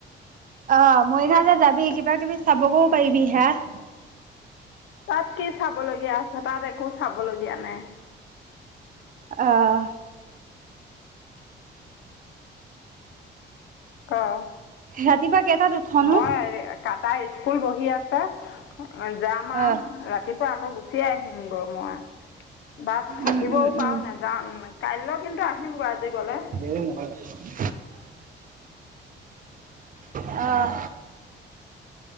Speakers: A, on the right; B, on the left.
A: অঁ মৰিগাঁও যে যাবি কিবা কিবি চাবগো পাৰিবি হায়াট।
B: তাত কি চাবলগীয়া আছে তাত একো চাবলগীয়া নাই।
A: আহ-
B: অহ
A: ৰাতিপুৱা কেইটাত উঠনো
B: মই আজি- কাটাই স্কুল বহি আছে জাম আৰু
A: অ
B: ৰাতিপুৱা আকৌ গো- গুচিয়ে আহিম গো মই বাট থাকিবও
A: উম উম
B: পাৰো
A: উম
B: নেযানো- কাইলৈ কিন্তু আহিমগৈ আজি গ'লে।
A: এনেই মোহাই নহয় মাতিছ। আহ আহ।